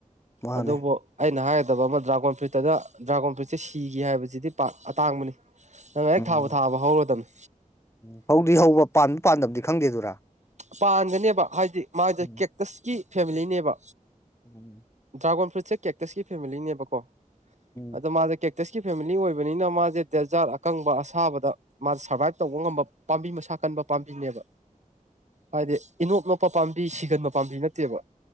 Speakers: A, on the left (about 20°); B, on the right (about 55°).
A: ꯃꯥꯅꯦ
B: ꯑꯗꯨꯕꯨ ꯑꯩꯅ ꯍꯥꯏꯒꯗꯕ ꯑꯃ ꯗ꯭ꯔꯥꯒꯣꯟ ꯐ꯭ꯔꯨꯏꯠꯇꯒ ꯗ꯭ꯔꯥꯒꯣꯟ ꯐ꯭ꯔꯨꯏꯠꯁꯦ ꯁꯤꯒꯦ ꯍꯥꯏꯕꯖꯤꯗꯤ ꯄꯥꯛ ꯑꯇꯥꯡꯕꯅꯤ ꯅꯪ ꯍꯦꯛ
A: ꯎꯝ
B: ꯊꯥꯕꯨ ꯊꯥꯔꯕ ꯍꯧꯔꯗꯝꯅꯤ
A: ꯎꯝ ꯍꯧꯗꯤ ꯍꯧꯕ ꯄꯥꯟꯕ ꯄꯥꯟꯗꯕꯗꯤ ꯈꯪꯗꯦꯗꯨꯔꯥ
B: ꯄꯥꯟꯒꯅꯦꯕ ꯍꯥꯏꯗꯤ ꯃꯥꯁꯦ
A: ꯎꯝ
B: ꯀꯦꯛꯇꯁꯀꯤ ꯐꯦꯃꯤꯂꯤꯅꯦꯕ
A: ꯎꯝ
B: ꯗ꯭ꯔꯥꯒꯣꯟ ꯐ꯭ꯔꯨꯠꯁꯦ ꯀꯦꯛꯇꯁꯀꯤ ꯐꯦꯃꯤꯂꯤꯅꯦꯕꯀꯣ
A: ꯎꯝ
B: ꯑꯗꯣ ꯃꯥꯁꯦ ꯀꯦꯛ ꯇꯁꯀꯤ ꯐꯦꯃꯤꯂꯤ ꯑꯣꯏꯕꯅꯤꯅ ꯃꯥꯖꯦ ꯗꯦꯖꯥꯔꯠ ꯑꯀꯪꯕ ꯑꯁꯥꯕꯗ ꯃꯥ ꯁꯔꯚꯥꯏꯚ ꯇꯧꯕ ꯉꯝꯕ ꯄꯥꯝꯕꯤ ꯃꯁꯥ ꯀꯟꯕ ꯄꯥꯝꯕꯤꯅꯦꯕ ꯍꯥꯏꯗꯤ ꯏꯅꯣꯞ ꯅꯣꯞꯄ ꯄꯥꯝꯕꯤ ꯁꯤꯒꯟꯕ ꯄꯥꯝꯕꯤ ꯅꯠꯇꯦꯕ